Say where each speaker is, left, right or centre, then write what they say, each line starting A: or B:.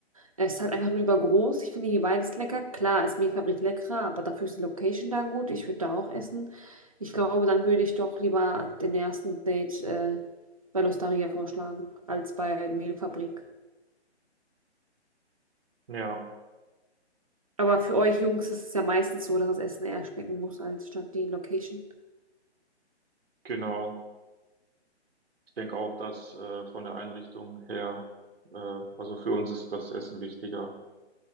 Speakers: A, on the right; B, on the right.
A: Es ist halt einfach nur übergroß. Ich finde die beides lecker. Klar, ist Mehlfabrik leckerer, aber dafür ist die Location da gut. Ich würde da auch essen. Ich glaube, dann würde ich doch lieber den ersten Date äh, bei L'Osteria vorschlagen, als bei Mehlfabrik.
B: ja,
A: Aber für euch Jungs ist es ja meistens so, dass das Essen eher schmecken muss, als statt die Location.
B: genau. Ich denke auch, dass äh, von der Einrichtung her, äh, also für uns ist das Essen wichtiger